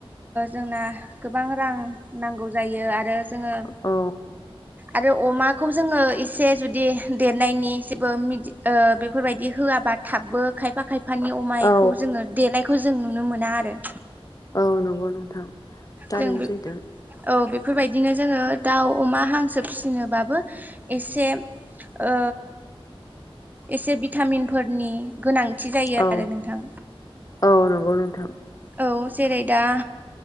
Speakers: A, on the right; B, on the left.
A: जोंना गोबां रां नांगौ जायो आरो जोङो
B: औ
A: आरो अमाखौ जोङो एसे जुदि देरनायनि जेबो बेफोरबायदि होआबा थाबबोखाय फा खायफाननि अमायखौ
B: औ
A: जोङो देनायखौ जों नुनो मोना आरो
B: औ नंगौ नोंथां थारैनोसैथो
A: जों बे औ बेफोरबायदिनो जोङो दाउ अमा हांसो फिसिनोबाबो एसे ओ एसे भिटामिनफोरनि गोनां थि जायो
B: औ
A: आरो नोंथां
B: औ नंगौ नोंथां
A: औ जेरै दा